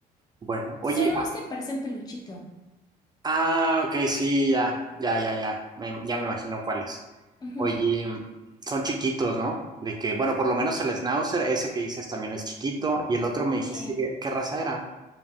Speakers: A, on the right; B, on the left.
A: Bueno, oye,
B: son los que parecen peluchito.
A: Ah, ok, sí, ya, ya, ya, ya, me- ya me imagino cuáles.
B: Ujú,
A: Oye, son chiquitos, ¿no? De que, bueno, por lo menos el Schnauzer, ese que dices también es chiquito, y el otro me dijiste
B: Sí,
A: que, ¿qué raza era?